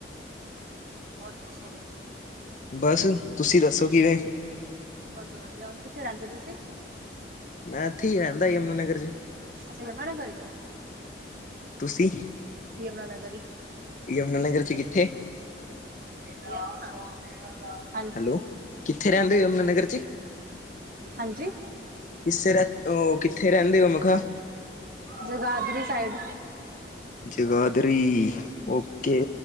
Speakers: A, on the right; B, on the left.
A: ਦਸ਼ੌ
B: ਬਸ, ਤੁਸੀਂ ਦੱਸੋ ਕਿਵੇਂ
A: ਬਸ ਵਧੀਆ, ਹੋਰ ਕਿੱਥੇ ਰਹਿੰਦੇ ਹੋ ਤੁਸੀਂ
B: ਮੈਂ ਇੱਥੇ ਹੀ ਰਹਿੰਦਾ, ਯਮੁਨਾ ਨਗਰ ਜੀ
A: ਅੱਛਾ ਯਮੁਨਾ ਨਗਰ ਈ ਉਹ,
B: ਤੁਸੀਂ
A: ਯਮੁਨਾ ਨਗਰ ਹੀ
B: ਯਮੁਨਾ ਨਗਰ ਚ ਕਿੱਥੇ
A: ਸ <unintelligible>
B: ਹੈਲੋ, ਕਿੱਥੇ ਰਹਦੇ ਹੋ, ਯਮੁਨ ਨਗਰ ਚ
A: ਹਾਂਜੀ
B: ਕਿਸੇ ਰ ਉਹ, ਕਿੱਥੇ ਰਹਿੰਦੇ ਹੋ ਮਖਾਂ
A: ਜਗਾਦਰੀ ਸਾਈਡ
B: ਜਗਾਦਰੀ ਓਕੇ